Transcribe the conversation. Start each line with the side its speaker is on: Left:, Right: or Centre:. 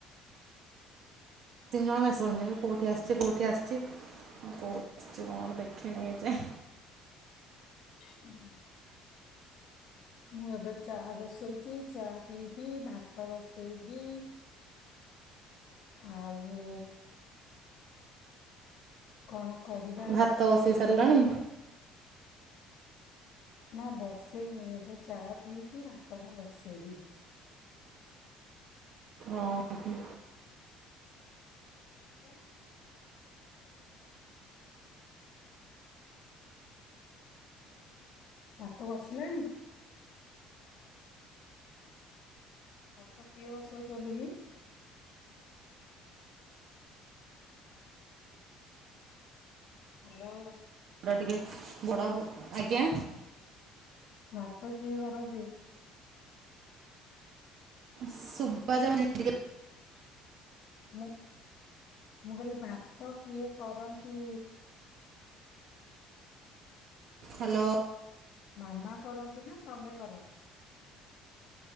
Left: କ
Right: ତିନି ଜଣେସେ କଉଠି ଆସିଛି କଉଠି ଆସିଛି। କ କଣ ଦେଖିନ ଯେ
Left: ହୁଁ। ମୁଁ ଏବେ ଚା ବସଉଛି ଚା ପିଇବି ଭାତ ବସେଇବି ଆଉ କଣ? କରିବା
Right: ଭାତ
Left: ରୋଷେଇ
Right: ବସେଇ ସାରିଲାଣି
Left: ଆଉ। ନା ବସେଇନି ଏବେ ଚା ପିଇକି ଭାତ ଟା ବସେଇବି
Right: ଓ ହ
Left: ହ୍ୟା ଭାତ ବସିଲାଣି ଭାତ କିଏ ବସାଉଛନ୍ତି କି? ହାଲୋ
Right: ଟିକେ ବଡ ଆଜ୍ଞା
Left: ଭାତ କିଏ କରନ୍ତି।
Right: ସୁଭା ଯାଉନ ଟିକେ
Left: ମୁ ମୁଁ କହିଲି ଭାତ କିଏ କରନ୍ତି?
Right: ହାଲୋ
Left: ମାମା କରନ୍ତି ନା ତମେ କର